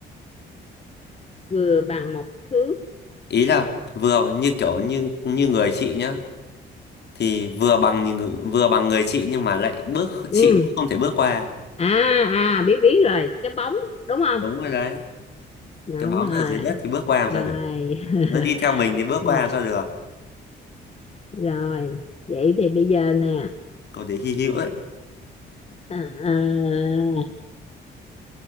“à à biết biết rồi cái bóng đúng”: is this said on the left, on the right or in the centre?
Left